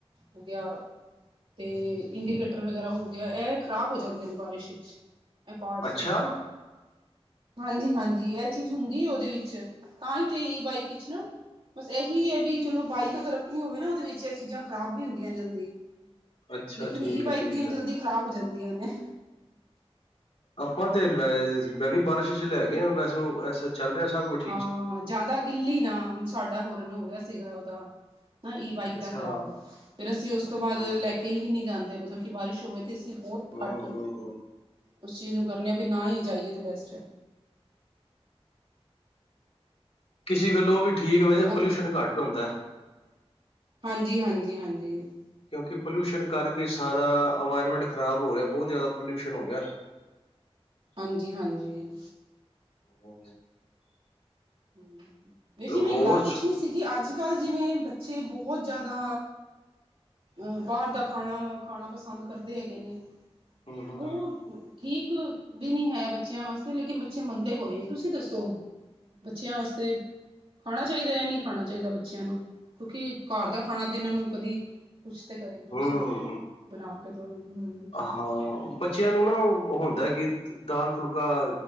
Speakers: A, on the right (about 60°); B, on the left (about 65°).
A: ਹੋ ਗਿਆ ਤੇ ਇੰਡੀਕੇਟਰ ਵਗੈਰਾ ਹੋ ਗਿਆ, ਇਹ ਖ਼ਰਾਬ ਹੋ ਜ ਜਾਂਦੇ ਨੇ ਬਾਰਿਸ਼ 'ਚ, ਇਹ ਪਾਟਸ
B: ਅੱਛਾ
A: ਓਦੇ। ਹਾਂਜੀ- ਹਾਂਜੀ, ਇਹ ਚ ਚੀਜ਼ ਹੁੰਦੀ ਏ ਓਦੇ ਵਿੱਚ, ਤਾਂ ਹੀ ਤੇ ਈ ਬਾਈਕ ਚ ਨਾ ਬਸ ਇਹੀ ਏ ਬੀ ਚਲੋ ਬਾਈਕ ਅਗਰ ਆਪਣੀ ਹੋਵੇ ਨਾ, ਉਹਦੇ ਵਿੱਚ ਇਹ ਚੀਜ਼ਾਂ ਖ਼ਰਾਬ ਨੀ ਹੁੰਦੀਆਂ ਜਲਦੀ।
B: ਅੱਛਾ
A: ਲੇਕਿਨ
B: ਠੀਕ
A: ਈ ਬਾਈਕ
B: ਹੈ ਠੀਕ
A: ਦੀਆਂ, ਜਲਦੀ
B: ਹੈ
A: ਖ਼ਰਾਬ ਹੋ ਜਾਂਦੀਆਂ ਨੇ।
B: ਆਪਾਂ ਤੇ, ਵੈ ਮੈਂ ਵੀ ਬਾਰਿਸ਼ ਚ ਲੈ ਗਿਆਂ ਵੈਸਨੋਂ ਵੈਸੇ ਚੱਲ ਰਿਹਾ ਸਭ ਕੁੱਛ।
A: ਹਾਂ ਜ਼ਿਆਦਾ ਗਿੱਲੀ ਨਾ, ਸਾਡਾ ਹੋਰਨ ਹੋ ਗਿਆ ਸੀਗਾ ਉਹਦਾ ਨਾ ਈ ਬਾਈਕ
B: ਅੱਛਾ
A: ਦਾ ਖਰਾਬ, ਫੇਰ ਅਸੀਂ ਉਸ ਤੋਂ ਬਾਅਦ
B: ਹਮ
A: ਲੈ ਕੇ ਹੀ ਨਹੀਂ ਜਾਂਦੇ, ਮਤਲਬ ਕਿ ਬਾਰਿਸ਼ ਹੋਵੇ ਤੇ ਅ ਬਹੁਤ
B: ਹਮ
A: ਘੱਟ, ਉਸ ਚੀਜ਼ ਨੂੰ ਕਰਨੇ ਆਂ ਵੀ ਨਾ ਹੀ ਜਾਈਏ ਤੇ ਬੈਸਟ ਐ।
B: ਕਿਸੀ ਗੱਲੋਂ ਉਹ ਵੀ ਠੀਕ, ਵੈਸੇ
A: ਹੋਰ
B: ਪੋਲਿਊਸ਼ਨ ਘੱਟ ਹੁੰਦੈ।
A: ਹਾਂਜੀ-ਹਾਂਜੀ-ਹਾਂਜੀ।
B: ਕਿਉਂਕਿ ਪੋਲਿਊਸ਼ਨ ਕਰਕੇ ਸਾਰਾ ਅਵਾਇਰਮੈਂਟ ਖ਼ਰਾਬ ਹੋ ਰਿਹਾ, ਬਹੁਤ ਜ਼ਿਆਦਾ ਪੋਲਿਊਸ਼ਨ ਹੋ ਗਿਆ।
A: ਹਾਂਜੀ-ਹਾਂਜੀ।
B: ਹਾਂਜੀ
A: ਹੰ, ਵੀਰ ਜੀ ਮੈਂ
B: ਹੋਰ
A: ਇੱਕ ਗੱਲ ਪੁੱਛਣੀ ਸੀ ਕਿਉੰਕਿ ਅੱਜ-ਕੱਲ੍ਹ ਜਿਵੇਂ ਬੱਚੇ ਬਹੁਤ ਜ਼ਿਆਦਾ ਅ ਬਾਹਰ ਦਾ ਖਾਣਾ ਖਾਣਾ ਪਸੰਦ ਕਰਦੇ ਹੈਗੇ ਨੇ।
B: ਹਮ ਹਮ
A: ਉਹ ਠੀਕ ਵੀ ਨੀ ਹੈ ਬੱਚਿਆਂ ਵਾਸਤੇ ਲੇਕਿਨ ਬੱਚੇ ਮੰਨਦੇ ਕੋਈ ਨੀ। ਤੁਸੀਂ ਦੱਸੋ? ਬੱਚਿਆਂ ਵਾਸਤੇ ਖਾਣਾ ਚਾਹੀਦੈ, ਨਹੀਂ ਖਾਣਾ ਚਾਹੀਦਾ ਬੱਚਿਆਂ ਨੂੰ? ਕਿਉਂਕਿ ਘਰ ਦਾ ਖਾਣਾ ਇਹਨਾਂ ਨੂੰ ਕਦੀ ਕੁਛ ਤੇ ਕਦੇ
B: ਹੂੰ,
A: ਕੁਛ ਬਣਾ ਕੇ ਦੋ। ਹੰ- ਹੰ
B: ਹਾਂ ਬੱਚਿਆਂ ਨੂੰ ਨਾ ਓ ਹੁੰਦਾ ਕਿ ਦਾਲ ਫੁਲਕਾ